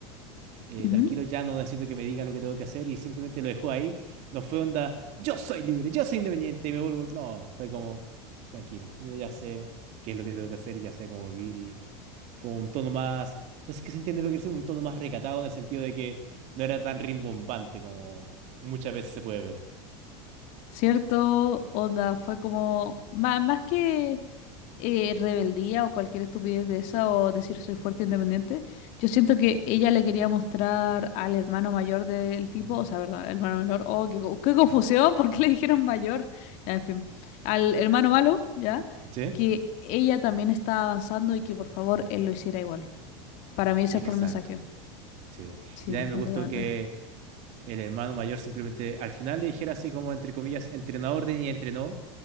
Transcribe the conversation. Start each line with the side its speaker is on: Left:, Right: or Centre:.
Right: eh,
Left: Ujú.
Right: tranquilo, ya no necesito que me digan lo que tengo que hacer y simplemente lo dejó ahí. No fue onda, yo soy libre, yo soy independiente y me vuelvo... No, fue como, tranquilo, yo ya sé qué es lo que tengo que hacer y ya sé cómo vivir con un tono más, no sé qué se entiende lo que quiere decir, un tono más recatado en el sentido de que no era tan rimbombante como muchas veces se puede ver.
Left: ¿Cierto? Onda, fue como, má- más, que eh, rebeldía o cualquier estupidez de esa o decir soy fuerte e independiente, yo siento que ella le quería mostrar al hermano mayor del tipo,
Right: Ujú.
Left: o sea, perdón, al hermano menor, oh, qué, co- qué confusión, <laughs> ¿por qué le dijeron mayor? Ya, en fin, al hermano malo, ¿ya?
Right: ¿Sí?
Left: Que ella también estaba avanzando y que por favor él lo hiciera igual. Para mí ese
Right: Exacto.
Left: fue el mensaje.
Right: Sí.
Left: Sí,
Right: Y también
Left: completamente.
Right: me gustó que el hermano mayor simplemente al final le dijera así como entre comillas, entrenó a orden y entrenó,